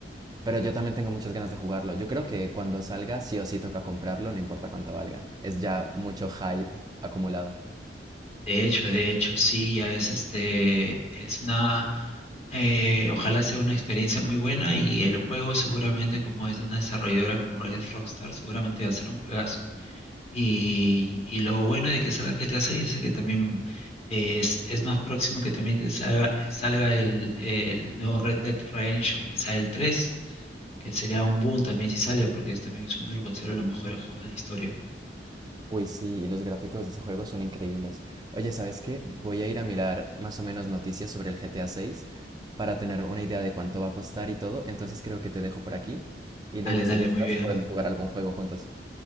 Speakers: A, on the right; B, on the left.
A: Pero yo también tengo muchas ganas de jugarlo. Yo creo que cuando salga sí o sí toca comprarlo, no importa cuánto valga. Es ya mucho hype acumulado.
B: De hecho, de hecho, sí, ya es este, es una, eh, ojalá sea una experiencia muy buena y el juego seguramente como es de una desarrolladora como es Rockstar, seguramente va a ser un juegazo. Y, y lo bueno de que salga GTA 6 es que también eh, es, es más próximo que también te salga, salga el, el nuevo Red Dead Redemption, quizá el 3 que sería un boom también si sale, porque es, también es uno de los considero los mejores juegos de la historia.
A: Uy, sí, y los gráficos de ese juego son increíbles. Oye, ¿sabes qué? Voy a ir a mirar más o menos noticias sobre el GTA 6 para tener una idea de cuánto va a costar y todo. Entonces creo que te dejo por aquí y luego
B: Dale,
A: si
B: dale,
A: gustas
B: muy bien.
A: podemos jugar algún juego juntos.